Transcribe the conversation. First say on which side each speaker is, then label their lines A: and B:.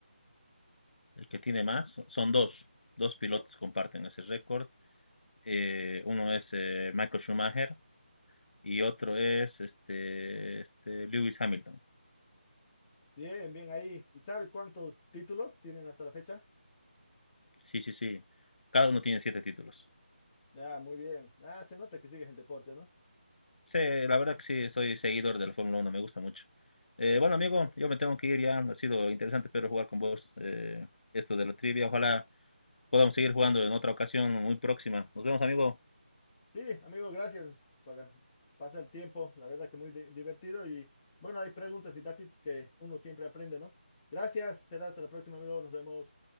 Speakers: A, on the left (about 65°); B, on the left (about 20°).
A: El que tiene más, son dos, dos pilotos
B: ¿eh?
A: comparten ese récord. Eh, uno es eh, Michael Schumacher y otro es este, este Lewis Hamilton.
B: Bien, bien ahí. ¿Y sabes cuántos títulos tienen hasta la fecha?
A: Sí, sí, sí. Cada uno tiene siete títulos.
B: Ah, muy bien. Ah, se nota que sigues el deporte, ¿no?
A: Sí, la verdad que sí, soy seguidor de la Fórmula Uno, me gusta mucho. Eh, bueno, amigo, yo me tengo que ir ya. Ha sido interesante, pero jugar con vos eh, esto de la trivia. Ojalá podamos seguir jugando en otra ocasión muy próxima. Nos vemos, amigo.
B: Sí, amigo, gracias por pasar el tiempo. La verdad que muy di- divertido y bueno, hay preguntas y datos que uno siempre aprende, ¿no? Gracias, será hasta la próxima, amigo. Nos vemos.